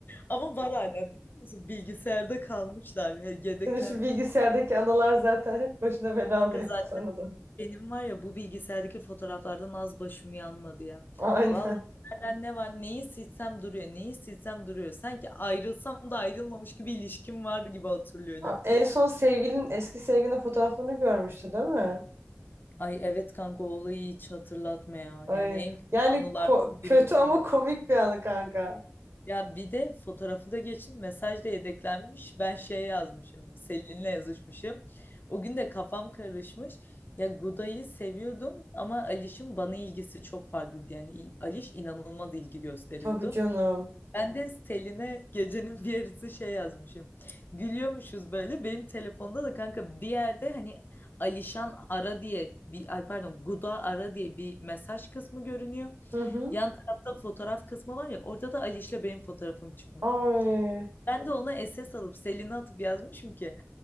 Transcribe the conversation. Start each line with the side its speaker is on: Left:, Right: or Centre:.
Left: Ama var hala biliyor musun? Bilgisayarda kalmışlar he- yedeklenmiş.
Right: Senin şu bilgisayardaki anılar zaten hep başına bela
Left: Kanka
Right: alıyor
Left: zaten
Right: sana da.
Left: benim var ya bu bilgisayardaki fotoğraflardan az başım yanmadı ya.
Right: Aynen.
Left: Vallahi nereden ne var neyi silsem duruyor neyi silsem duruyor. Sanki ayrılsam da ayrılmamış gibi ilişkim var gibi hatırlıyor
Right: Aa,
Left: laptop.
Right: En son sevgilin eski sevgilinin fotoğraflarını görmüştü değil mi?
Left: Ay evet kanka o olayı hiç hatırlatma ya.
Right: Ay,
Left: Yani en kötü
Right: yani
Left: anılardan
Right: ko- kötü
Left: biri olabilir.
Right: ama komik bir anı kanka.
Left: Ya bir de fotoğrafı da geçin mesaj da yedeklenmiş. Ben şey yazmışım. Selin'le yazışmışım. O gün de kafam karışmış. Ya Guda'yı seviyordum ama Aliş'in bana ilgisi çok farklıydı. Yani il- Aliş inanılmaz ilgi gösteriyordu.
Right: Tabii canım.
Left: Ben de Selin'e gecenin bir yarısı şey yazmışım. Gülüyormuşuz böyle. Benim telefonda da kanka bir yerde hani Alişan ara diye bir ay pardon Guda ara diye bir mesaj kısmı görünüyor.
Right: Hı hı.
Left: Yan tarafta fotoğraf kısmı var ya orada da Aliş'le benim fotoğrafım çıkmış.
Right: Ay. <laughs>
Left: Ben de ona SS alıp Selin'e atıp yazmışım ki